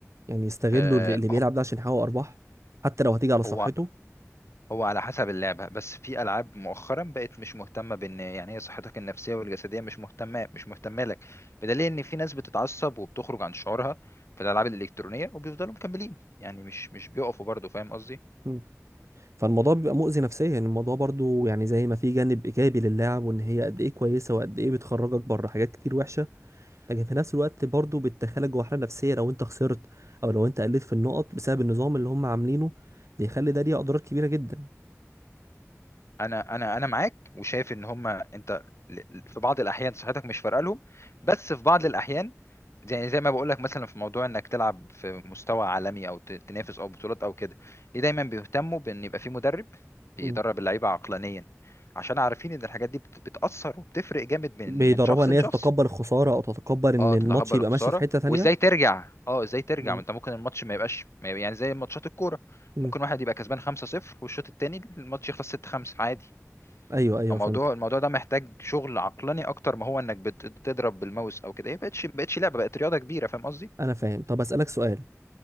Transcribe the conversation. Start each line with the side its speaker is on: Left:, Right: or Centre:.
Right: يعني يستغلوا
Left: آه،
Right: اللي اللي بيلعب ده عشان يحقق ارباح حتى لو هتيجي على صحته
Left: هو هو على حسب اللعبة بس في ألعاب مؤخرا بقت مش مهتمة بإن يعني هي صحتك النفسية والجسدية مش مهتمة مش مهتمة لك بدليل إن في ناس بتتعصب وبتخرج عن شعورها في الألعاب الإلكترونية وبيفضلوا مكملين يعني مش مش بيقفوا برضه فاهم قصدي
Right: مم. فالموضوع بيبقى مؤذي نفسيا يعني الموضوع برضو يعني زي ما في جانب ايجابي للعب وان هي قد ايه كويسه وقد ايه بتخرجك بره حاجات كتير وحشه لكن في نفس الوقت برضو بتدخلك جوه حالة نفسية لو انت خسرت او لو انت قلت في النقط بسبب النظام اللي هم عاملينه بيخلي ده ليه اضرار كبيرة جدا
Left: انا انا انا معاك وشايف ان هما انت ل- ل- في بعض الاحيان صحتك مش فارقه لهم بس في بعض الاحيان يعني زي ما بقول لك مثلا في موضوع انك تلعب في مستوى عالمي او ت- تنافس او بطولات او كده ليه دايما بيهتموا بان يبقى في مدرب بيدرب
Right: مم.
Left: اللعيبه عقلانيا عشان عارفين ان الحاجات دي بت- بتاثر وبتفرق جامد من
Right: بيدربها
Left: من شخص
Right: ان
Left: لشخص
Right: هي تتقبل الخسارة او تتقبل ان
Left: اه
Right: الماتش
Left: تتقبل
Right: يبقى
Left: الخساره
Right: ماشي في حتة تانية
Left: وازاي ترجع اه ازاي ترجع
Right: مم.
Left: ما انت ممكن الماتش ما يبقاش ما يبقى- يعني زي ماتشات الكوره
Right: مم.
Left: ممكن واحد يبقى كسبان 5-0 والشوط التاني الماتش يخلص 6-5 عادي
Right: ايوه ايوه
Left: الموضوع
Right: فهمت
Left: الموضوع ده محتاج شغل عقلاني اكتر ما هو انك بت- بتضرب بالماوس او كده هي بقتش بقتش لعبه بقت رياضه كبيره فاهم قصدي
Right: انا فاهم طب اسالك سؤال